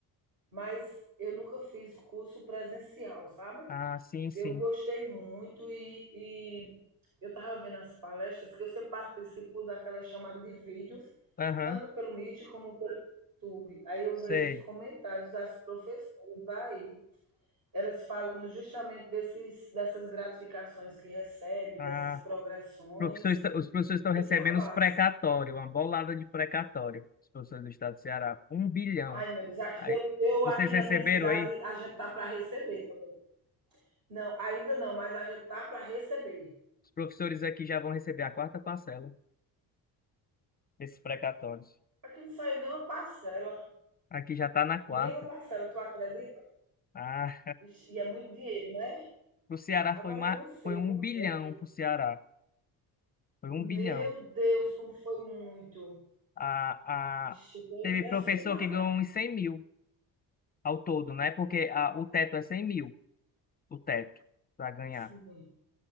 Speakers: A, on the right (about 55°); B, on the left (about 25°).
A: mas eu nunca fiz curso presencial, sabe?
B: Ah, sim, sim.
A: Eu gostei muito e, e eu estava vendo as palestras que eu sempre participo daquela chamada de vídeos,
B: Aham,
A: tanto pelo Meet como pelo YouTube. Aí eu
B: sei.
A: vejo os comentários das professoras daí. elas falam justamente desses, dessas gratificações que recebe,
B: Ah,
A: dessas progressões,
B: professores tão- os professores estão
A: e tu
B: recebendo
A: falasse,
B: os precatórios, uma bolada de precatório, os professores do estado do Ceará, um bilhão.
A: ai meu Deus,
B: Aí,
A: eu, eu
B: vocês
A: aqui
B: receberam
A: na minha cidade,
B: aí?
A: a gente tá para receber também. Não, ainda não, mas a gente tá para receber.
B: Os professores aqui já vão receber a quarta parcela desses precatórios.
A: Aqui não saiu nenhuma parcela,
B: Aqui já está na quarta.
A: nenhuma parcela, tu acredita?
B: Ah,
A: Vixe, E é muito dinheiro, né?
B: o Ceará
A: Agora
B: foi, ma-
A: eu não sei
B: foi um
A: por
B: bilhão
A: quê.
B: para o Ceará. Foi
A: Meu
B: um bilhão.
A: Deus, como foi muito.
B: a
A: Vixe,
B: a
A: eu estou impressionada.
B: teve professor que ganhou uns 100 mil ao todo, né? Porque ah, o teto é 100 mil, o teto, para ganhar.
A: Sim.